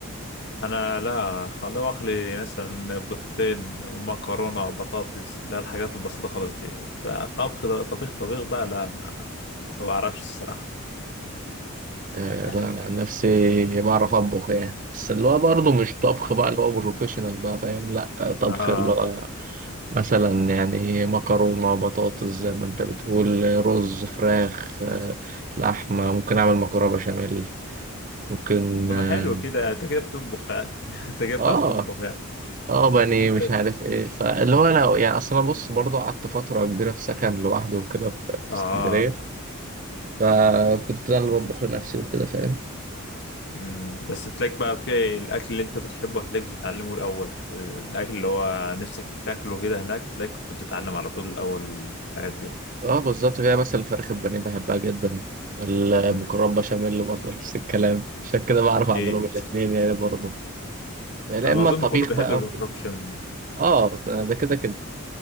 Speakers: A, on the left (about 50°); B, on the right (about 35°).
A: انا لا خلوه اخلي مثلا بيضتين مكرونه بطاطس لا الحاجات البسيطه خالص دي طبخ ده- طبيخ طبيخ بقى لا ما ما بعرفش الصراحه
B: آه
A: <laughs>
B: لا أنا عن نفسي بعرف أطبخ يعني بس اللي هو برضه مش طبخ بقى اللي هو بروفيشنال بقى فاهم لأ آه، طبخ
A: اه
B: اللي هو مثلا يعني مكرونة بطاطس زي ما أنت بتقول آه، رز فراخ آه، لحمة ممكن أعمل مكرونة بشاميل ممكن
A: طب
B: آه,
A: ما حلو كده انت كده بتطبخ يعني <laughs> انت كده بتعرف
B: آه
A: تطبخ يعني
B: اه بني
A: بت...
B: مش عارف ايه فاللي هو انا يعني اصل انا بص برضه قعدت فتره كبيره في سكن لوحدي وكده في في
A: اه
B: اسكندريه فكنت انا اللي بطبخ لنفسي وكده فاهم
A: أمم، بس بتلاقيك بقى في الاكل اللي انت بتحبه هتلاقيك بتتعلمه الاول الاكل اللي هو نفسك تاكله كده هناك تلاقيك كنت بتتعلم على طول الاول الحاجات دي
B: اه بالظبط كده مثلا الفراخ البانيه بحبها جدا المكرونه
A: امم
B: بشاميل برضه <laughs> نفس الكلام عشان كده بعرف
A: اكيد
B: اعملهم الاثنين يعني برضه يا
A: انا
B: اما
A: اظن
B: الطبيخ
A: كله بيحب
B: بقى
A: المكرونه
B: وكده
A: بشاميل دي.
B: اه ده ده كده كده